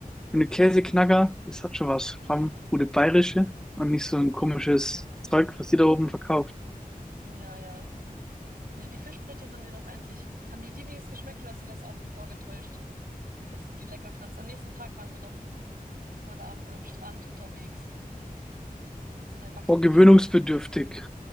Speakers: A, in the centre; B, on the right.
A: schöne Käseknacker, das hat schon was.
B: Hm.
A: Vor allem gute bayerische und nicht so ein komisches Zeug, was die da oben verkauft.
B: Ja, ja. Nee, die Fischbrötchen haben dir doch eigentlich, haben dir die wenigstens geschmeckt oder hast du das auch vorgetäuscht, dass du die lecker fandst? Am nächsten Tag waren wir doch mal da am, am Strand unterwegs. Da Hast du dein Lachsbrötchen
A: Boah, gewöhnungsbedürftig.
B: gegessen?